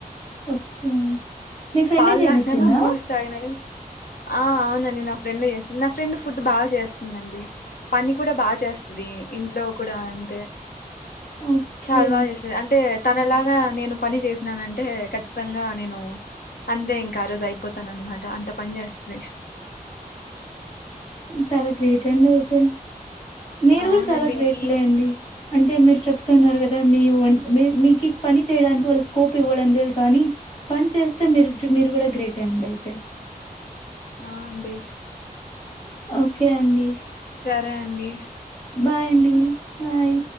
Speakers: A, on the left; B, on the left.
A: ఓకే మీ ఫ్రెండ్
B: పాలు
A: చేసి
B: తాగిన
A: ఇచ్చిందా
B: బూస్ట్ తగిన న ఆ అవునండి నా ఫ్రెండ్ చేస్తుంది నా ఫ్రెండ్ ఫుడ్ బాగా చేస్తుందిండి పని కూడా బాగా చేస్తుంది ఇంట్లో కూడా అంతే
A: ఓకే
B: చాలా బాగా చేసేది అంటే తన అలాగా నేను పని చేసినానంటే ఖచ్చితంగా నేను అంతే ఇంకా ఆ రోజు అయిపోతాన అనమాట అంత పని చేస్తది
A: సరే ఏంటండీ అయితే మీరు
B: అవునండి
A: కూడా చాలా గ్రేట్
B: ఈ
A: లే అండి అంటే మీరు చెప్తున్నారు కదా మీ మీ మీకి పని చేయడానికి వాళ్ళు స్కోప్ ఇవ్వడం లేదు కానీ పని చేస్తే మీరు మీరు కూడా గ్రేట్ ఓకే అండి అయితే
B: ఆ అండి
A: ఓకె ఓకే అండి
B: సరే అండి
A: బాయ్ అండి బాయ్